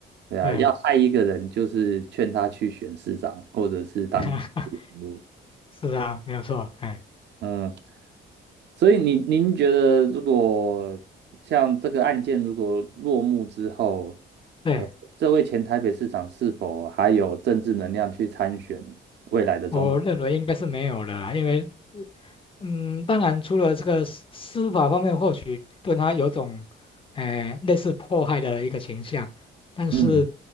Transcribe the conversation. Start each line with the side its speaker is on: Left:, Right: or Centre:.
Right: 对啊，
Left: 对，
Right: 要害一个人，就是劝他去选市长或者是当人物，
Left: <laughs> 是啊，没有错，哎，
Right: 嗯，所以您您觉得如果像这个案件如果落幕之后，
Left: 对
Right: 呃，这位前台北市长是否还有政治能量去参选未来的总统？
Left: 我认为应该是没有了啦，因为呃嗯，当然，除了这个司司法方面，或许对他有种，呃，类似迫害的一个倾向，但是
Right: 嗯